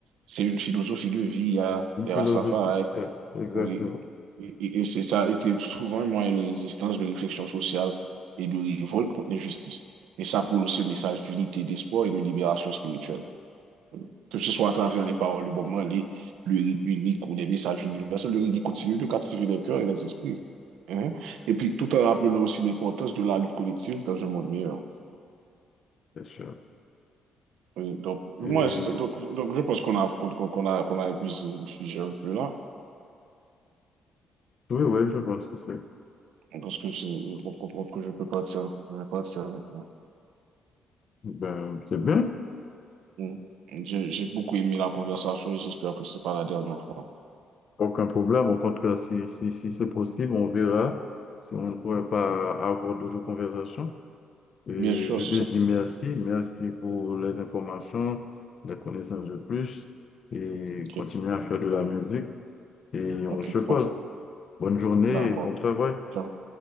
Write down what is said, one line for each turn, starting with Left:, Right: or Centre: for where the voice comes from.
Right: c'est une philosophie de vie. Il y a
Left: Une
Right: les
Left: philosophie,
Right: Rastafari,
Left: yeah, exactement,
Right: oui. Et, et- et c'est ça a été souvent un moyen de résistance, de réflexion sociale et de révolte contre l'injustice. Et ça pour aussi un message d'unité, d'espoir et de libération spirituelle que ce soit à travers les paroles du Bob Marley, le rythme unique ou les messages universels, le reggae continue de captiver les cœurs et les esprits. hein. Et puis, tout en rappelant aussi l'importance de la lutte collective dans un monde meilleur.
Left: c'est sûr.
Right: Oui, donc, moi,
Left: Et
Right: c'est- donc, donc, je pense qu'on a, qu'on qu'on a, qu'on a épuisé le sujet un peu là.
Left: oui, oui, je pense que c'est
Right: Je pense que c'est- on comprend que je peux partir, je vais partir maintenant.
Left: ben, c'est bien.
Right: Mm. J'ai j'ai beaucoup aimé la conversation et j'espère que c'est pas la dernière fois.
Left: Aucun problème. Au contraire, si, si, si c'est possible, on verra si on ne pourrait pas avoir d'autres conversations. Et
Right: Bien sûr,
Left: je
Right: c'est
Left: te
Right: ça.
Left: dis merci. Merci pour les informations, la connaissance de plus. Et
Right: Ok,
Left: continue à faire de la musique. Et on
Right: ok,
Left: se parle.
Right: bon,
Left: Bonne journée
Right: d'accord.
Left: et bon travail.
Right: Ciao,